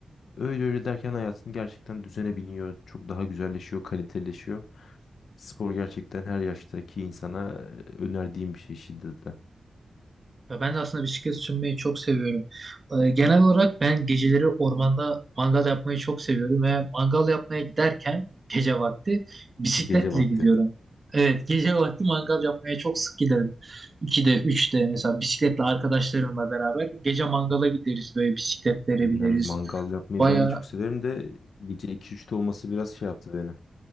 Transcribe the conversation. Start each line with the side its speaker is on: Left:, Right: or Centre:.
Left: Öyle öyle derken hayatın gerçekten düzene biniyor. Çok daha güzelleşiyor, kaliteleşiyor. Spor gerçekten her yaştaki insana e, önerdiğim bir şey şiddetle.
Right: Ya ben de aslında bisiklet sürmeyi çok seviyorum. Ee, genel olarak ben geceleri ormanda mangal yapmayı çok seviyorum ve mangal yapmaya giderken gece vakti bisikletle
Left: Gece vakti.
Right: gidiyorum. Evet, gece vakti mangal yapmaya çok sık giderim. 2'de, 3'te mesela bisikletle arkadaşlarımla beraber gece mangala gideriz böyle bisikletlere
Left: Yani
Right: bineriz.
Left: mangal yapmayı
Right: Baya
Left: ben de çok severim de gece iki üçte olması biraz şey yaptı beni.